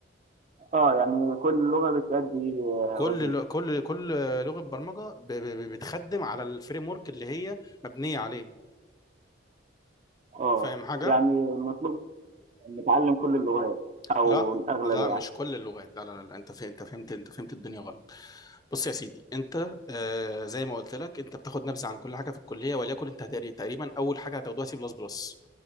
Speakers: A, on the right; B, on the left.
A: اه يعني كل لغة بتأدي آه،
B: كل
A: وظيفة
B: ل- كل كل لغه برمجه ب- ب- بتخدم على الفريم ورك اللي هي مبنيه عليه
A: اه
B: فاهم حاجه
A: يعني المطلوب نتعلم كل اللغات أو
B: لا
A: الأغلب
B: لا
A: يعني
B: مش كل اللغات لا لا لا انت فهمت انت فهمت انت فهمت الدنيا غلط بص يا سيدي انت آه زي ما قلت لك انت بتاخد نبذه عن كل حاجه في الكليه وليكن انت هتقري- تقريبا اول حاجه هتاخدوها سي بلس بلس